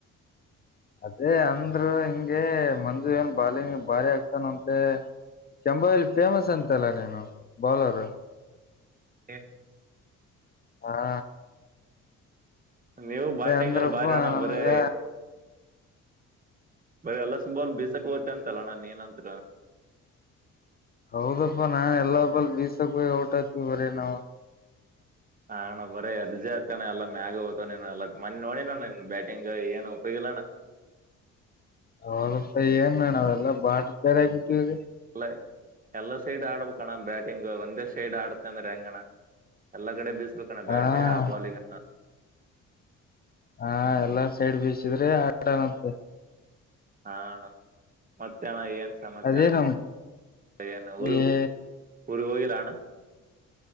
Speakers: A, on the left; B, on the right.
A: ಅದೇ ಅಂದ್ರ ಹಿಂಗೆ ಮಂಜು ಏನ್ ಬಾಲಿಂಗ್ ಭಾರಿ ಆಗ್ತಾನಂತೆ ಕೆಂಬೊದಲ್ ಫೇಮಸ್ ಅಂತಲ್ಲ ನೀನು ಬೌಲರು
B: ಹ
A: ಹಾ
B: ನೀವು
A: ಅದೇ
B: ಬ್ಯಾಟಿಂಗಲ್ಲಿ
A: ಅಂದ್ರಪ್ಪ
B: ಬಾರಿ ಅಣ್ಣ
A: ನನ್ಗ
B: ಬರೀ ಬರೆ ಎಲ್ಲ ಸುಬಲ್ ಬೀಸಕ್ ಹೋಗ್ತ ಅಂತಲ್ಲಣ್ಣ ನೀನತ್ರ
A: ಹೌದಪ್ಪ ನಾ ಎಲ್ಲಾ ಬಾಲ ಬೀಸಕ್ಕ ಹೋಗಿ ಔಟಾತಕ್ತೇನಿ ನಾನ್ ಅಂತೂ
B: ಹಾ ಅಣ್ಣ ಬರೀ ಅರ್ಜ ಆತಣ್ಣ ಎಲ್ಲ ಮ್ಯಾಗೆ ಹೋಗ್ತ ನೀ ಎ ಮಿ ನೋಡಿನನ್ ಬ್ಯಾಟಿಂಗ್ ಏನ್ ಉಪಯೋಗ ಇ ಲ್ಲಣ
A: ಹೌದಪ್ಪ ಏನಣ್ಣ ಎಲ್ಲಾ ಬಾಟ್ ತಾರ ಆಗ್ಬಿಟ್ಟಿವಿ
B: ಎಲ್ಲ ಎಲ್ಲ ಸೈಡ್ ಆಡಬೇಕ ಅಣ್ಣ ಬ್ಯಾಟಿಂಗ್ ಒಂದೇ ಸೈಡ್ ಆಡ್ತೇನ ಅಂದ್ರ ಹೆಂಗ್ ಅಣ್ಣ ಎಲ್ಲ ಕಡೆ ಬೀಿಸಬೇಕಣ್ಣ
A: ಹಾ
B: ಬ್ಯಾಟ್ ಯಾವ ಬಾಲೀಗನ
A: ಹಾ ಎಲ್ಲಾ ಸೈಡ್ ಬೀಸಿದ್ರೆ ಆಟ ಮತ್ತೆ
B: ಹಾ ಅಣ್ಣ ಮತ್ತೆಣ ಏನ್ ಸಮಾಚಾರ
A: ಅದೇ ನಮ್
B: ಏನ್ ಊರಿಗ್
A: ಏ
B: ಹೋಗಿನ ದಾ ಅಣ್ಣ